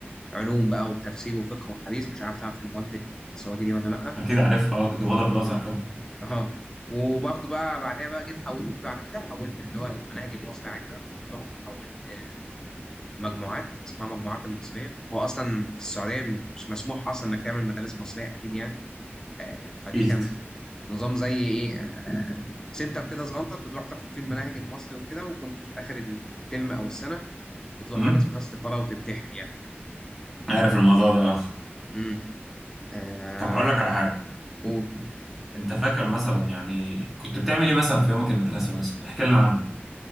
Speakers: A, on the left; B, in the centre.
A: علوم بقى وتفسير وفقه وحديث مش عارف تعرف المواد السعودي دي ولا لأ
B: أكيد عارفها أه كنت واخدها في الأزهر
A: اه
B: كام
A: اه وبرضه بقى بعدها بقى جيت حولت بعد كده حولت اللي هو المناهج المصري عادي بقى رحت حولت آه، مجموعات اسمها مجموعات المصرية هو أصلا في السعودية مش مسموح أصلا إنك تعمل مدارس مصرية أكيد يعني آه، فدي
B: جيت
A: كان نظام زي ايه سنتر كده صغنطر بتروح تاخد فيه المناهج المصري وكده وكنت في اخر الترم او السنه بتروح
B: امم
A: حاجه اسمها السفاره وتمتحن يعني
B: عارف الموضوع ده أه.
A: امم آه
B: طب هقول لك على حاجة
A: و...
B: أنت فاكر مثلا يعني كنت بتعمل إيه مثلا في يومك المدرسي مثلا احكي لنا عنه